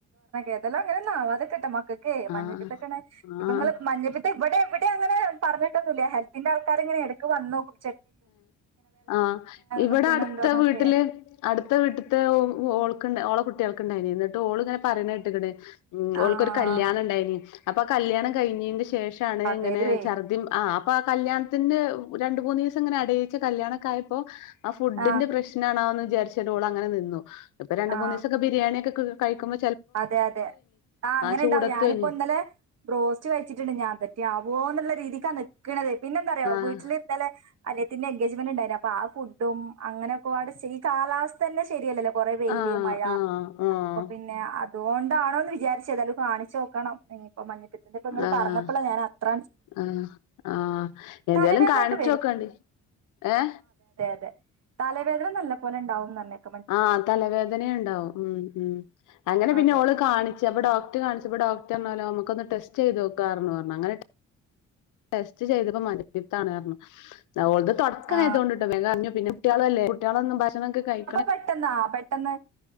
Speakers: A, on the right (about 55°); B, on the left (about 85°).
A: ഏതല്ലോ അങ്ങനെ ഒന്നും ആവാത്ക്കട്ടെ മ <unintelligible> മഞ്ഞപ്പിത്തക്കണ്
B: ആഹ് ആഹ്
A: മഞ്ഞപ്പിത്തം ഇവിടൊക്കെ <unintelligible> ഇവിടെ അങ്ങനെ പറഞ്ഞിട്ടൊന്നുല്ല ഹെൽത്തിൻ്റെ ആൾക്കാരിങ്ങനെ ഇടയ്ക്ക് വന്നോക്കും
B: ആഹ് ഇവിടെ
A: നിക്കണുണ്ടോന്നൊക്കെ
B: അടുത്ത വീട്ടില് അടുത്ത വീട്ടിത്തെ ഓൾ <unintelligible> ഓളെ കുട്ടികൾക്ക് ഇണ്ടായിനു ന്നിട്ട് ഓള് ഇങ്ങനെ പറയിന്ന കേട്ട്ക്കണ്
A: ആഹ്
B: ഓൾക്കൊരു കല്യാണണ്ടെയിനു അപ്പോ കല്യാണം കയ്ഞ്ഞീഞ്ഞേഷ് ശേഷാണ്
A: പകരുവേ
B: ഇങ്ങനെ ശർദ്ദിം ആഹ് <unintelligible> ആഹ് കല്യാണത്തിൻ്റെ രണ്ട് മൂന്ന് സങ്ങനെ അടീച്ച് കല്യാണൊക്കെ ആയപ്പോ ആ ഫുഡിൻ്റെ
A: ആഹ്
B: പ്രശ്നാണോന്ന് ചാര്ചാണ്ട് ഓളങ്ങനെ നിന്നു ഇപ്പൊ രണ്ട്
A: ആഹ്
B: മൂന്നിസൊക്കെ ബിരിയാണിക്കെ ക്ക് കയികുമ്പ
A: അതെ അതെ ആ അങ്ങനെണ്ടാകും
B: ചൂടത്വേനി
A: ഞാനിപ്പോ ഇന്നലെ ബ്രോസ്റ്റ് കഴിച്ചിട്ടുണ്ട് <unintelligible> ആവോന്നുള്ള രീതിക്കാ നിക്കണത് <unintelligible> പിന്നെന്താറിയോ
B: ആഹ്
A: വീട്ടില് ന്നലെ അനിയത്തി പിന്നെ എങ്കേജ്മെൻ്റ് ഇണ്ടായിന് അപ്പോ ആ ഫുഡും അങ്ങനെ <unintelligible> ഈ കാലാവസ്ഥ തന്നെ ശരിയല്ലല്ലോ കൊറേ വെയില്
B: ആഹ്
A: മഴ
B: ആഹ് ആഹ്
A: അപ്പൊ പിന്നെ അത് കൊണ്ടാണോന്നു വിചാരിച്ച് ഏതായാലും ഒന്നു കാണിച്ചു നോക്കണം. <unintelligible> ഇതൊക്കെ ഇങ്ങള്
B: ആഹ്
A: പറഞ്ഞപ്പോളാ ഞാനത്ര
B: ആഹ് ആഹ് എന്തായാലും
A: തലവേദനൊക്കെ
B: കാണിച്ചോക്ക് കൊണ്ടീ ങ്ങേ
A: തേ തലവേദന നല്ലപോലെ ഇണ്ടാവും ന്ന് പറഞ്ഞ്
B: ആഹ് തലവേദനയും ഉണ്ടാകും ഉം ഉം അങ്ങനെ
A: അതെ
B: പിന്നെ ഓള് കാണിച്ച് അപ്പൊ ഡോക്ടറെ കാണിച്ചപ്പോ ഡോക്ട ട്ടെന്നാലോ നമുക്കൊന്നു ടെസ്റ്റ് ചെയ്തൊക്കാ പറഞ്ഞു അങ്ങനെ ടെസ്റ്റ് ചെയ്തപ്പോ മഞ്ഞപ്പിത്താന്നു പറഞ്ഞു ഓൾടത് തുടക്കായതുകൊണ്ട്ട്ടാ
A: ആ
B: വേഗം അറിഞ്ഞേ പിന്നെ കുട്ട്യാളല്ലേ കുട്ട്യോളൊന്നും ഭക്ഷണക്കെ കഴി
A: പെട്ടന്നാ പെട്ടന്ന്